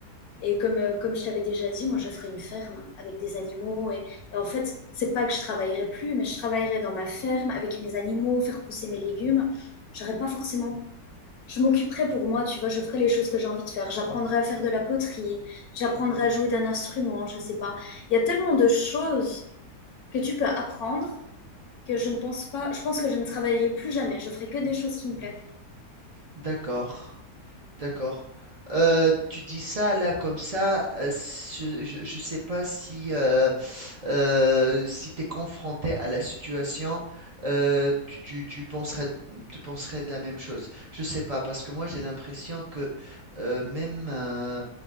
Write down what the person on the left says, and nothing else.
Et comme, euh, comme je t'avais déjà dit, moi je ferais une ferme hein, avec des animaux. Et, et en fait, c'est pas que je travaillerai plus, mais je travaillerai dans ma ferme avec mes animaux, faire pousser mes légumes. J'aurais pas forcément je m'occuperai pour moi, tu vois, je ferai les choses que j'ai envie de faire. J'apprendrai à faire de la poterie, j'apprendrai à jouer d'un instrument, je sais pas. Il y a tellement de choses que tu peux apprendre que je ne pense pas, je pense que je ne travaillerai plus jamais. Je ferai que des choses qui me plaisent.